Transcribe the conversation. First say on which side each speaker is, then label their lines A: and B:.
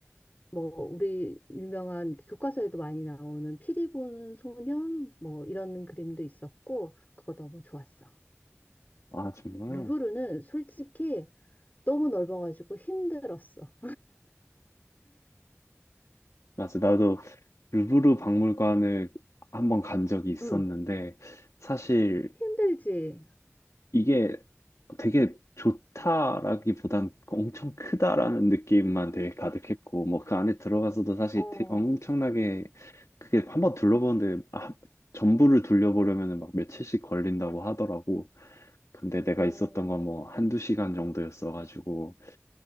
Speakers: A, on the left; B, on the left.
A: 뭐 우리 유명한 교과서에도 많이 나오는 피리 부는 소년 뭐 이런 그림도 있었고 그거 너무 좋았어.
B: 아, 정말?
A: 루브르는 솔직히 너무 넓어가지고 힘들었어.
B: 맞아. 나도 루브르 박물관을 한번 간 적이 있었는데
A: 응,
B: 사실
A: 힘들지.
B: 이게 되게 좋다라기보단 엄청 크다라는 느낌만 되게 가득했고, 뭐 그 안에 들어가서도 사실
A: 어,
B: 되- 엄청나게 그게 한번 둘러보는데 아, 전부를 둘러보려면 막 며칠씩 걸린다고 하더라고. 근데 내가
A: 어,
B: 있었던 건 뭐 한두 시간 정도였어가지고,